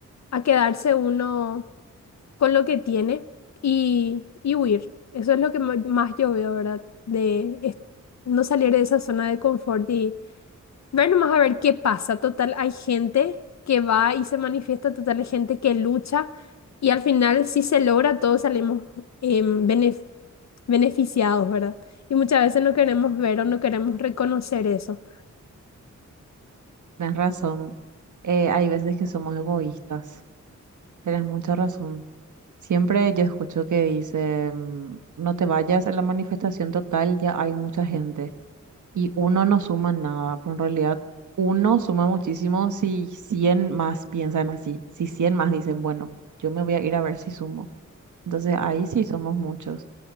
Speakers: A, on the left; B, on the right.
A: a quedarse uno con lo que tiene y, y huir. Eso es lo que ma- más yo veo, ¿verdad? De es- no salir de esa zona de confort Ver nomás a ver qué pasa. Total, hay gente que va y se manifiesta, total, hay gente que lucha y al final si se logra todos salimos em, benef- beneficiados, ¿verdad? Y muchas veces no queremos ver o no queremos reconocer eso.
B: tienes razón. Eh, hay veces que somos egoístas. Tienes mucha razón. Siempre yo escucho que dice, mm, no te vayas a la manifestación total, ya hay mucha gente. Y uno no suma nada, pero en realidad uno suma muchísimo si 100 más piensan así, si 100 más dicen, bueno, yo me voy a ir a ver si sumo. Entonces ahí sí somos muchos.